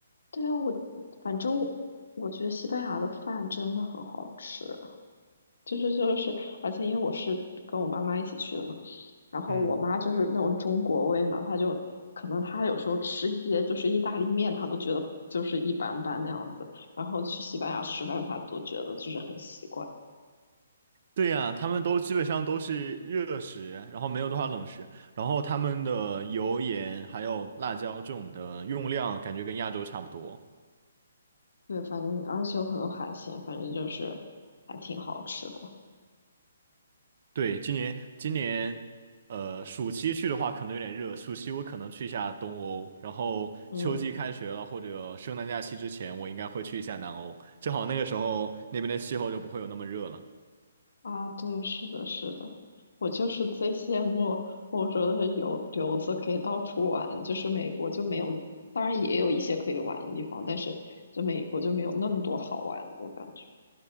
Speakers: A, on the left; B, on the right.
A: 对啊，我反正我觉得西班牙的饭真的很好吃，就是就是，而且因为我是跟我妈妈一起去的嘛，然后我妈就是那种中国胃嘛，
B: 嗯，
A: 她就可能她有时候吃一些就是意大利面，她都觉得就是一般般那样子，然后去西班牙吃饭，她都觉得就是很习惯。
B: 对呀，他们都基本上都是热食，然后没有多少冷食，然后他们的油盐还有辣椒这种的用量感觉跟亚洲差不多。
A: 对，反正而且有很多海鲜，反正就是还挺好吃的。
B: 对，今年今年呃暑期去的话可能有点热，暑期我可能去一下东欧，然后秋季开学了或者圣诞假期之前，
A: 嗯，
B: 我应该会去一下南欧，正好那个时候那边的气候就不会有那么热了。
A: 啊，对，是的，是的，我就是最羡慕欧洲的游留子可以到处玩，就是美国就没有，当然也有一些可以玩的地方，但是就美国就没有那么多好玩的，我感觉